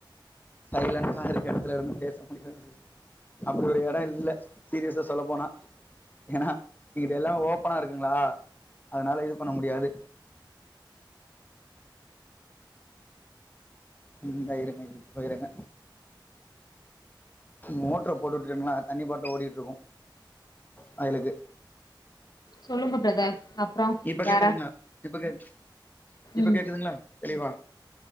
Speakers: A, on the left; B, on the left.
A: சைலன்க்கா இருக்கு இடத்துல இருந்து பேச முடியா அப்டி ஒரு எடம் இல்ல சீரியஸா சொல்ல போனா ஏனா இங்கிட்ட எல்லாமே ஓபனா இருக்குங்களா அதனால இது பண்ண முடியாது ம் இந்த இருங்க இப்ப இருங்க மோட்டர போட்டு விட்டெங்களா தண்ணி பாட்டு ஓடிட்டு இர்க்கு வயலுக்கு
B: சொல்லுங்க பிரதர் அப்றோ
A: இப்ப
B: வேற
A: கேக்குதுங்களா இப்ப கே இப்ப
B: ம்
A: கேக்குதுங்களா தெளிவா